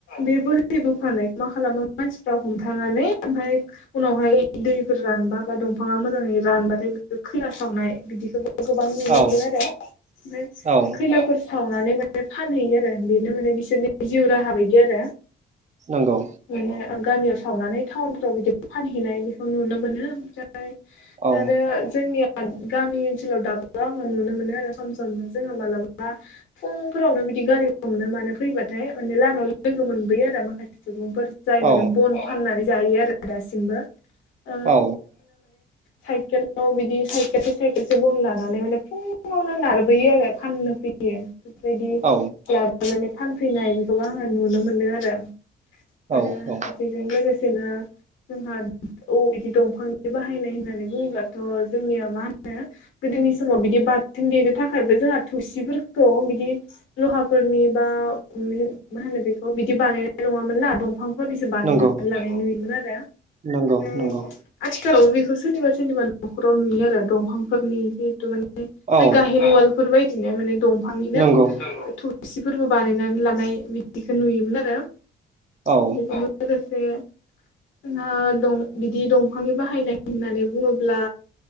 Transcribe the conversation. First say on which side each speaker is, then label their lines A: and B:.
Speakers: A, on the left; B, on the right.
A: बे बोहै बो फानाय मा खालामो मानसिफ्रा हमथानानै ओमफ्राय उनावहाय दैफोर रानबा बा दंफाङा मोजाङै रानबाथाय खैला सावनाय बिदिखौ गोबां नुनो
B: औ
A: मोनदों आरो ओमफ्राय
B: औ
A: खैलाफोर सावनानै माने फानहैयो आरो बेनो माने बिसोरनि जिउ राहा बायदि आरो।
B: नंगौ।
A: माने गामियाव सावनानै टाउनफोराव बिदि फानहैनाय बेखौ नुनो मोनो। ओमफ्राय <inaudible>
B: औ
A: दा आरो जोंनियाव गामि ओनसोलाव दाबो आङो नुनो मोनो आरो सम सम। जोङो मालाबा फुंफोरावनो बिदि गारि हमनो मानो फैबाथाय माने लामायाव लोगो मोनबोयो आरो माखासे सुबुं फोर जाय माने
B: औ
A: बन फाननानै जायो आरो दासिमबो
B: औ
A: साइकेलाव बिदि साइखेलसे साइखेलसे बन लानानै माने फुङावनो नारबोयो आरो फाननो फैयो बेफोरबायदि
B: औ
A: लाबोनानै फैनाय गोबाङानो नुनो मोनदों आरो
B: औ
A: आरो बेजों लोगोसे दिनो जोंहा औ बिदि दंफांनि बाहायनाय होननानै बुङोबथ' जोंनिया मा होनो गोदोनि समाव बिदि बा बाथोन देनो थाखायबो जोंहा थौसिफोरखौ बिदि लहाफोरनि बा मा होनो बेखौ बिदि बानायनाय नङामोनना दंफांफोरनिसो बानायनानै
B: नंगौ
A: लानाय नुयोमोन आरो
B: नंगौ
A: ओमफ्राय
B: नंगौ
A: आथि <inaudible> बेखौ सोरनिबा सोरनिबा न'खराव नुयो आरो दंफांफोरनि जिहेतु माने बै
B: औ
A: गायहेन उवाल बेफोरबायदिनो माने दंफांनिनो
B: नंगौ
A: थु सिफोरबो बानायनानै लानाय बिदिखौ नुयोमोन आरो <inaudible>
B: औ
A: जे जोंहा दं बिदि दंफांनि बाहायनाय होननानै बुङोब्ला